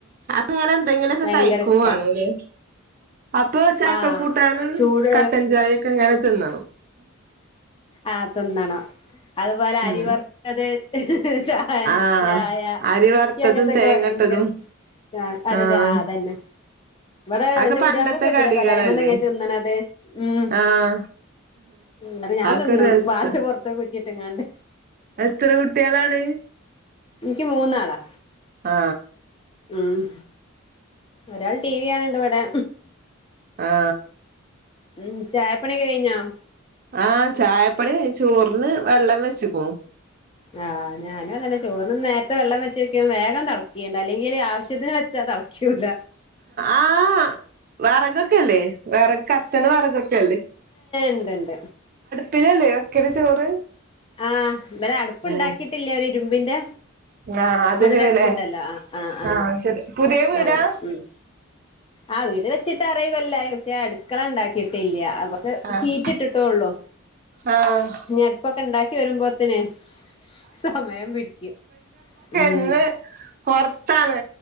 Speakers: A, on the right (about 40°); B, on the left (about 25°).
A: അപ്പൊ ഇങ്ങനെ എന്തെങ്കിലുംക്കോ
B: ഭയങ്കര
A: കഴിക്കവാണല്ലേ
B: ഇഷ്ടാ
A: അപ്പൊ ചക്ക
B: ആഹ്
A: കൂട്ടാനും
B: ചൂട്
A: കട്ടൻചായയൊക്കെ ഇങ്ങനെ തിന്നും
B: ആ തിന്നണം അതുപോലെ
A: ഉം
B: അരി വറുത്തത് ചായൻ
A: ആഹ്
B: ചായ
A: അരി വറുത്തതും
B: ഇയ്ക്കു അങ്ങത്തൊക്കെ
A: തേങ്ങട്ടതും
B: ഭയങ്കര ആ ആരാഞ്ഞജാ
A: ആഹ്
B: അതന്നെ ഇവിടെ
A: അതൊക്കെ
B: എന്റെ
A: പണ്ടത്തെ
B: പുതിയ്പ്ലക് പറ്റൂല
A: കടികളല്ലേ
B: കൊലായ്മന്ന് ഇങ്ങനെ തിന്നണത് ഉം
A: ആഹ്
B: ഇന്നാട്ട് ഞാൻ
A: ആക്കെ
B: തിന്നും
A: ഒരു രസാ
B: വാതിൽ പുറത്തിന്ന് കുറ്റിട്ട്ങ്ങാണ്ട്
A: എത്ര കുട്ടിആളാണ്
B: ഇനിക്ക് മൂന്നാളാ
A: ആ
B: ഉം ഒരാൾ ടി വി കാണണ്ട ഇവിടെ
A: ആ
B: ഉം ചായപ്പണിയൊക്കെ കഴിഞ്ഞോ
A: ആ ചായപ്പട കഴിച്ചു ചോറ് ന്ന് വെള്ളം വെച്ചിക്ണു
B: ആ ഞാനും അതന്നെ ചോറിന്ന് നേരത്തെ വെള്ളം വെച്ചക്കും വേഗം തളക്കും ണ്ടല്ലെ അല്ലെങ്കിൽ ആവശ്യത്തിന് വച്ചാ തളക്കൂല
A: ആഹ വറകൊക്കെല്ലേ വിറ കത്ത്ണ വിറകൊക്കെല്ലേ
B: ണ്ട്ണ്ട്
A: പിന്നെല്ലേ വേക്കല് ചോറ്
B: ആ ഇവിടെ അടുപ്പ്ണ്ടാക്കിട്ടില്ലേ
A: ഉം
B: ഒരു ഇരുമ്പിന്റെ
A: ആഹ് അതില്
B: അതൊരടുപ്പുണ്ടല്ലോ
A: ലെ
B: ആ ആ ആ
A: ആഹ് ശരി പുതിയ വീടാ
B: ആ ഉം ആ വീട് വെച്ചിട്ട് ആർ ഏഴു കൊല്ലായി പക്ഷെ അടുക്കള ഉണ്ടാക്കിട്ടില്ല്യ ഇപ്പോ
A: ആഹ്
B: ഷീറ്റ് ഇട്ടിട്ടോള്ളു
A: ആഹ്
B: ഞടുപ്പൊക്കെ ഉണ്ടാക്കി വരുമ്പോത്തനെ സമയം പിടിക്കും ഉം
A: ഇന്ന് പുറത്താണ്